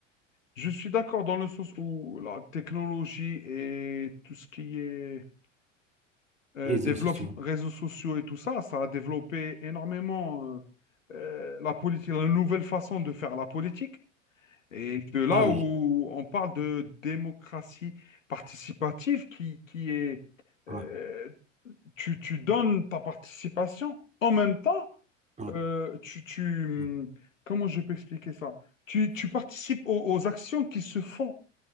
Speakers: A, on the left; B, on the right.
A: je suis d'accord dans le sens où la technologie et tout ce qui est euh,
B: réseaux
A: développe
B: sociaux.
A: réseaux sociaux et tout ça, ça a développé énormément euh, euh, la politique, la nouvelle façon de faire la politique. Et de là
B: Ah oui,
A: où on parle de démocratie participative qui, qui est euh,
B: ouais,
A: tu, tu donnes ta participation, en même temps,
B: ouais,
A: euh, tu, tu, hum,
B: ouais.
A: comment je peux expliquer ça? Tu, tu participes aux, aux actions qui se font